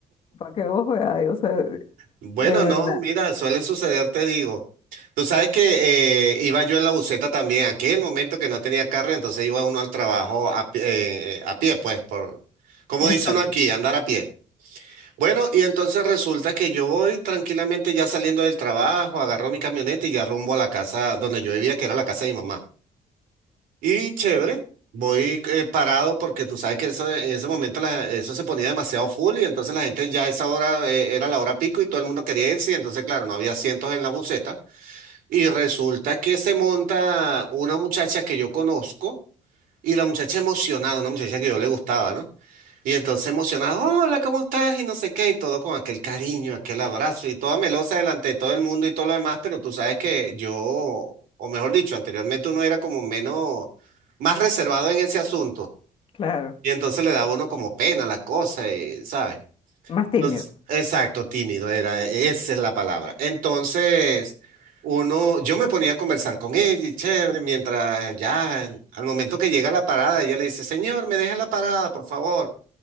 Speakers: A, on the left (about 40°); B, on the right (about 85°).
A: Para que vos veáis, o sea,
B: Bueno,
A: de verdad.
B: no, mira, suele suceder, te digo. Tú sabes que eh, iba yo en la buseta también, aquel momento que no tenía carro, entonces iba uno al trabajo a, pi- eh, a pie, pues, por, como
A: Exacto,
B: dice uno aquí, andar a pie. Bueno, y entonces resulta que yo voy tranquilamente ya saliendo del trabajo, agarro mi camioneta y ya rumbo a la casa donde yo vivía, que era la casa de mi mamá. Y chévere, voy eh, parado porque tú sabes que eso, en ese momento la- eso se ponía demasiado full y entonces la gente ya a esa hora eh, era la hora pico y todo el mundo quería irse y entonces claro, no había asientos en la buseta y resulta que se monta una muchacha que yo conozco y la muchacha emocionada, una muchacha que yo le gustaba, ¿no? Y entonces emocionado, hola, ¿cómo estás? Y no sé qué, y todo con aquel cariño, aquel abrazo, y toda melosa delante de todo el mundo y todo lo demás, pero tú sabes que yo, o mejor dicho, anteriormente uno era como menos, más reservado en ese asunto,
A: claro.
B: y entonces le daba a uno como pena la cosa, y, ¿sabes?
A: Más tímido.
B: Entonces, exacto, tímido era, e-, esa es la palabra. Entonces, uno, yo me ponía a conversar con ella, y chévere, mientras ya, al momento que llega a la parada, ella le dice, señor, me deja en la parada, por favor.